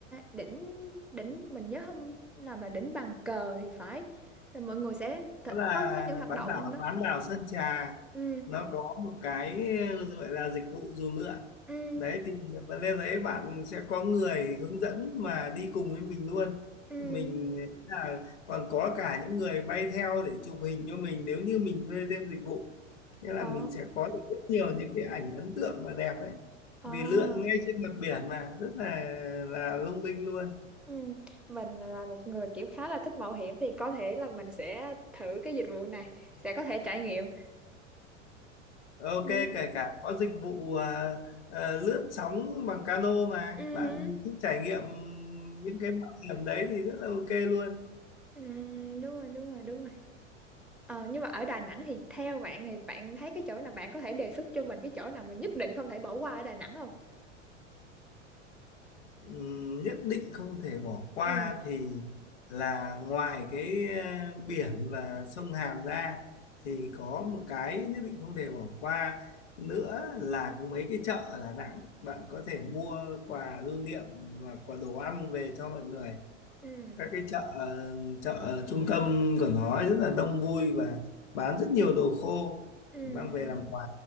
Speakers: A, in the centre; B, on the left.
A: đỉnh đỉnh mình nhớ không làm là đỉnh bàn cờ thì phải là mọi người sẽ th-
B: đó là
A: có có những hoạt
B: bán
A: động
B: đảo
A: đó
B: bán đảo Sơn Trà
A: ừ
B: nó có một cái gọi là dịch vụ dù lượn
A: ừ
B: đấy thì bạn lên đấy bạn sẽ có người hướng dẫn mà đi cùng với mình luôn
A: ừ
B: mình là còn có cả những người bay theo để chụp hình cho mình nếu như mình thuê thêm dịch vụ nghĩa là
A: ồ
B: mình sẽ có được rất nhiều những cái ảnh ấn tượng và đẹp ấy
A: ồ
B: vì lượn ngay trên mặt biển mà rất là là lung linh luôn
A: ừ mình là một người kiểu khá là thích mạo hiểm thì có thể là mình sẽ thử cái dịch vụ này sẽ có thể trải nghiệm
B: ok
A: ừ
B: kể cả có dịch vụ à, à, lướt sóng bằng cano mà
A: ừ
B: bạn thích trải nghiệm những cái mạo hiểm đấy thì rất là ok luôn
A: Ừ, đúng rồi đúng rồi đúng rồi ờ, nhưng mà ở Đà Nẵng thì theo bạn này bạn thấy cái chỗ nào bạn có thể đề xuất cho mình cái chỗ nào mà nhất định không thể bỏ qua ở Đà Nẵng không
B: Ừm, nhất định không thể bỏ qua
A: ừ
B: thì là ngoài cái à, biển và sông Hàn ra thì có một cái nhất định không thể bỏ qua nữa là mấy cái chợ ở Đà Nẵng bạn có thể mua quà lưu niệm và quà đồ ăn về cho mọi người
A: ừ
B: các cái chợ ờ, chợ trung tâm của nó ấy rất là đông vui và bán rất nhiều đồ khô
A: ừ ừ.
B: để mang về làm quà